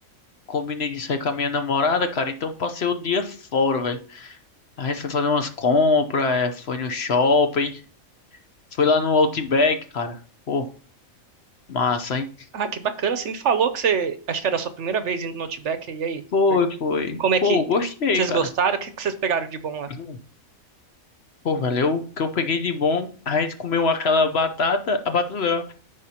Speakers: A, on the left; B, on the right.
A: combinei de sair com a minha namorada, cara. Então passei o dia fora, velho. A gente foi fazer umas compras, é, foi no shopping. Foi lá no Outback, cara. Pô, massa, hein?
B: Ah, que bacana, você me falou que você, acho que era a sua primeira vez indo no Outback, e aí?
A: Foi, foi.
B: Como é
A: Pô,
B: que,
A: gostei,
B: vocês
A: cara.
B: gostaram? O que que vocês pegaram de bom lá?
A: Hum. Pô, valeu. O que eu peguei de bom, a gente comeu aquela batata, a batata, não,